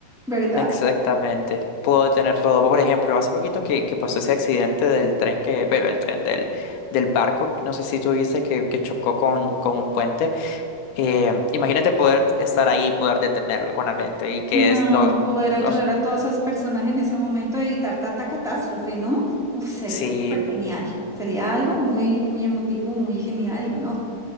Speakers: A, in the centre; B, on the left (about 70°).
A: ¿verdad?
B: exactamente. Puedo tener todo. Por ejemplo, hace poquito que, que pasó ese accidente del tren que, bueno, el tren del, del barco, no sé si tú viste que, que chocó con, con un puente. Eh, imagínate poder estar ahí y poder detenerlo con la mente y que
A: No,
B: es, no,
A: y poder
B: no,
A: ayudar a todas esas personas en ese momento a evitar tanta catástrofe, ¿no? Uf, sería
B: sí,
A: súper genial. Sería algo muy, muy emotivo, muy genial, ¿no?